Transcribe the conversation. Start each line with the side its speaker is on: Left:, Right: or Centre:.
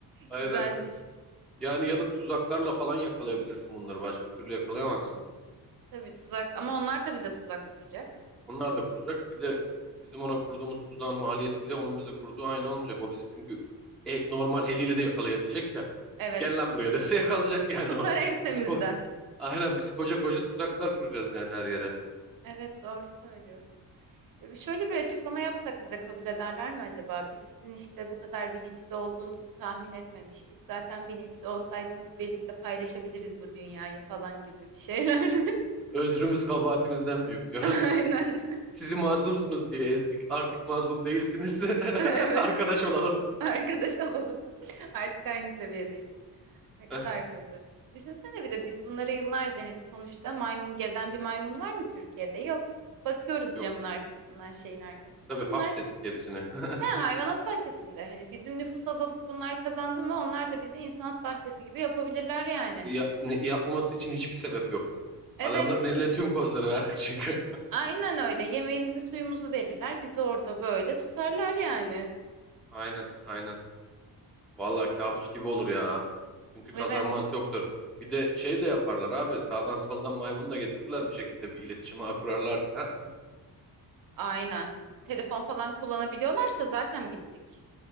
Centre: Aynen.
Right: Güzelmiş.
Centre: Yani ya da tuzaklarla falan yakalayabilirsin bunları. Başka türlü yakalayamazsın.
Right: Tabii tuzak ama onlar da bize tuzak kuracak.
Centre: Onlar da kuracak. Bir de bizim ona kurduğumuz tuzağın maliyetiyle onun bize kurduğu aynı olmayacak. O bizi çünkü e, normal eliyle de yakalayabilecek ya.
Right: Evet.
Centre: Gel lan buraya dese <laughs> yakalayacak yani
Right: Tutar
Centre: o.
Right: ensemizden.
Centre: Biz ko Aynen biz koca koca tuzaklar kuracağız yani her yere.
Right: Evet doğru söylüyorsun. Ya bir- Şöyle bir açıklama yapsak bize kabul ederler mi acaba? Biz sizin işte bu kadar bilinçli olduğunuzu tahmin etmemiştik. Zaten bilinçli olsaydınız birlikte paylaşabiliriz bu dünyayı falan gibi bir şeyler.
Centre: Özrümüz kabahatimizden büyük diyor.
Right: <laughs>
Centre: <laughs>
Right: Aynen.
Centre: Sizi mazlumsunuz diye ezdik. Artık mazlum değilsiniz. <laughs>
Right: <laughs> Evet.
Centre: Arkadaş olalım.
Right: Arkadaş alalım. Artık aynı seviyedeyiz. Ne kadar
Centre: <laughs>
Right: kötü. Düşünsene bir de biz bunları yıllarca hani sonuçta maymun gezen bir maymun var mı Türkiye'de? Yok. Bakıyoruz
Centre: Yok.
Right: camın arkasından, şeyin arkasından.
Centre: Tabii hapsettik
Right: Bunlar
Centre: hepsini. <laughs>
Right: ha hayvanat bahçesinde. Hani bizim nüfus azalıp bunlar kazandı mı? Onlar da bizi insanat bahçesi gibi yapabilirler yani.
Centre: Ya, ne- yapmaması için hiçbir sebep yok.
Right: Evet.
Centre: Adamların eline tüm kozları verdik çünkü.
Right: Aynen öyle. Yemeğimizi, suyumuzu verirler. Bizi orada böyle tutarlar yani.
Centre: Aynen, aynen. Vallahi kabus gibi olur ya. Çünkü kazanman
Right: Evet.
Centre: çok zor. Bir de şey de yaparlar abi. Sağdan soldan maymunu da getirdiler bir şekilde bir iletişime ağı kurarlarsa.
Right: Aynen. Telefon falan kullanabiliyorlarsa zaten bittik.